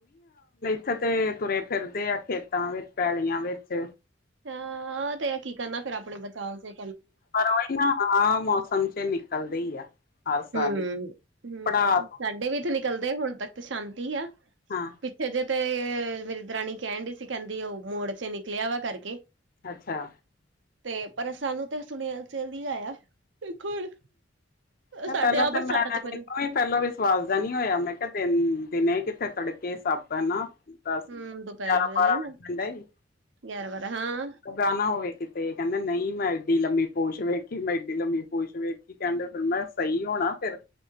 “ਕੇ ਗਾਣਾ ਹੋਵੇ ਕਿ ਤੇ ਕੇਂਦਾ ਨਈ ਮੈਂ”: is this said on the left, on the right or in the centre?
Left